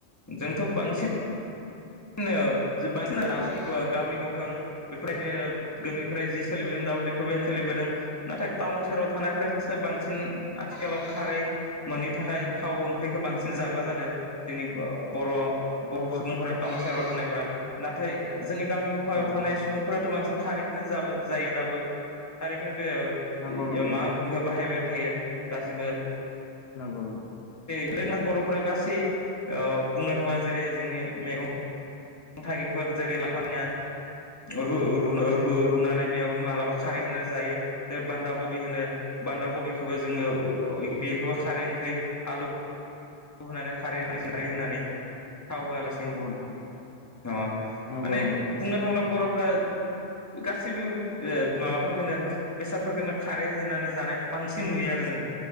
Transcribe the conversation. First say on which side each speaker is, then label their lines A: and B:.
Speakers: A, on the left; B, on the left.
A: जोंथ' बांसिन नो बांसिन दा जोंबो गामि गफायअन‌ बेफोरबायदिनो गोनिफ्राय जि सोलिबोदों दाबो बेफोरबायदिनो सोलिबोदों नाथाय टाउन सोहोराव थानायफ्रासो बांसिन आथिखालाव खारै मोनैनि थाखाय थाव ओंख्रिखो बांसिन जाग्रा जादो जोंनि ओ बर' अ बर'
B: नोंथां
A: सुबुंफोरा टाउन सोहोराव थानायफोरा नाथाय ओ जोंनि गामि गफायाव
B: नंगौ
A: थानाय सुबुंफोराथ' बांसिन खारैखोनो जाबो जायो दाबो खारैखोनो सिंओब
B: नंगौ
A: बेयो
B: नंगौ नोंथां
A: मा बुं बाहायबाय थायो दासिमबो
B: नंगौ नंगौ।
A: ओरैनो बर'फोरा गासै ओ बुंनो थांबा जेरै जोंनि मेगं उम थाइगेंखो जेरै लाय लाफालिङा औ रु रुनो रु रुनानै बेयावबो मालाबा खारै होनोस जायो जेरै बान्दा कबि होनो बान्दा कबिखौबो जोङो इ गोदै बेखौबो खारै ओंख्रि आलु खौ होनानै खारै होनानै जोंनि खारै होनानै थाव होआलासिन
B: नंगौ
A: अ
B: नंगौ
A: माने
B: नंगौ
A: बुंनो थाङोब्ला बर'फ फरा ओ गासैबो ओ माबफोरखोनो बेसादफोरखोनो खारै होनानै जानायखौ बांसिन नुयो आरो जों